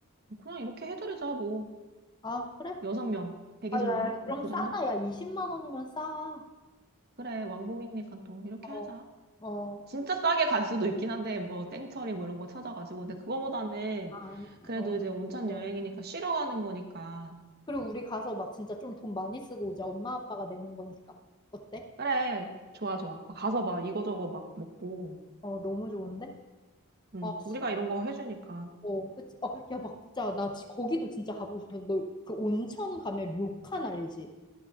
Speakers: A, on the right; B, on the left.
A: 뭐 그냥 이렇게 해드리자, 뭐.
B: 아, 그래?
A: 여섯 명 120만
B: 아, 야,
A: 원?
B: 야, 그럼
A: 뭐 그
B: 싸다.
A: 정도?
B: 야, 20만 원이면 싸.
A: 그래, 왕복이니까 또 이렇게
B: 어,
A: 하자.
B: 어,
A: 진짜 싸게 갈 수도 있긴 한데, 뭐, 땡처리 뭐 이런 거 찾아가지고. 근데 그거보다는
B: 아니,
A: 그래도
B: 어,
A: 이제 온천
B: 어.
A: 여행이니까 쉬러 가는 거니까.
B: 그리고 우리 가서 막 진짜 좀 돈 많이 쓰고 오자. 엄마 아빠가 내는 거니까. 어때?
A: 그래, 좋아, 좋아. 막 가서 막 이거저거 막 먹고.
B: 어, 너무 좋은데?
A: 응,
B: 어,
A: 우리가 이런 거 해주니까.
B: 어, 그치? 어, 야, 막 진짜 나 지- 거기도 진짜 가보고 싶어. 너 그 온천 가면 료칸 알지?